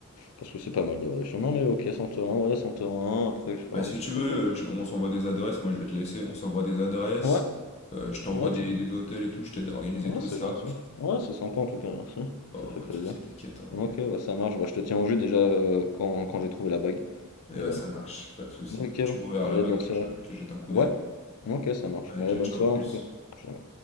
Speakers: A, on the left; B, on the left.
A: Parce que c'est pas mal d'avoir des chemins, mais ok, Santorin, ouais, Santorin, après je vais faire
B: Bah
A: un
B: si
A: petit
B: tu
A: truc,
B: veux,
A: ouais.
B: euh, je- on s'envoie des adresses, moi je vais te laisser, on s'envoie des adresses.
A: Ouais,
B: Euh, je t'envoie
A: ouais,
B: des,
A: tu me
B: des
A: dis.
B: hôtels et tout, je t'aide à organiser
A: Ouais,
B: tout
A: c'est
B: ça.
A: gentil. Ouais, c'est sympa en tout cas, merci.
B: Oh
A: Ça
B: bah
A: fait
B: pas
A: plaisir.
B: de soucis t'inquiète, hein,
A: Ok,
B: et
A: bah, ça marche, bah, je te tiens au jus déjà euh, quand, quand j'ai trouvé la bague.
B: et
A: Et
B: ouais,
A: voilà.
B: ça marche, pas de souci.
A: Ok,
B: Et tu m'enverras
A: allez,
B: la bague
A: bonne
B: que
A: soirée.
B: je que jette un coup
A: Ouais,
B: d'œil.
A: ok, ça marche.
B: Allez,
A: Bon, allez,
B: ciao,
A: bonne
B: ciao,
A: soirée
B: à plus.
A: en tout cas. Ciao.